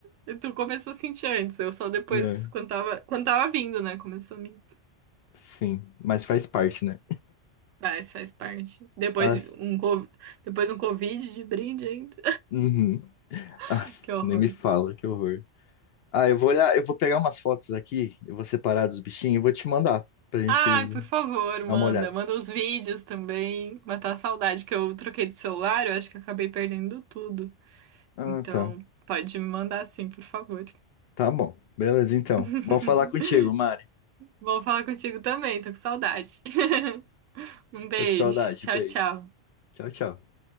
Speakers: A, on the right; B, on the left.
A: E tu começou a sentir antes. Eu só depois,
B: É,
A: quando tava, quando tava vindo, né? Começou a mim.
B: sim, mas faz parte, né?
A: Faz, faz parte. Depois
B: As...
A: um, co- depois um Covid de brinde ainda.
B: Uhum.
A: <laughs>
B: As...
A: Que horror.
B: Nem me fala, que horror. Ah, eu vou olhar, eu vou pegar umas fotos aqui, eu vou separar dos bichinhos e vou te mandar pra gente
A: Ai, por favor,
B: dar
A: manda.
B: uma olhada.
A: Manda os vídeos também. Matar a saudade que eu troquei de celular, eu acho que acabei perdendo tudo.
B: Ah,
A: Então,
B: tá.
A: pode me mandar sim, por favor.
B: Tá bom. Beleza, então.
A: <laughs>
B: Vou falar contigo, Mari.
A: Vou falar contigo também, tô com saudade. <laughs> Um beijo.
B: Tô com saudade.
A: Tchau,
B: Beijos.
A: tchau.
B: Tchau, tchau.